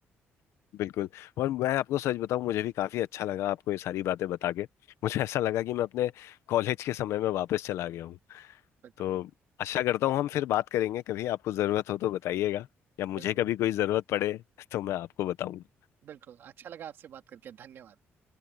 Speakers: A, on the left (about 80°); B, on the right (about 55°).
A: बिल्कुल और मैं आपको सच बताऊं मुझे भी काफी अच्छा लगा आपको ये सारी बातें बता के मुझे ऐसा लगा कि मैं अपने कॉलेज के समय में वापस चला गया
B: बिल्कुल
A: तो आशा करता हूँ हम फिर बात करेंगे कभी आपको ज़रूरत हो तो बताइएगा या मुझे
B: बिल्कुल
A: कभी कोई ज़रूरत पड़े तो मैं आपको बताऊंगा
B: बिल्कुल अच्छा लगा आपसे बात करके धन्यवाद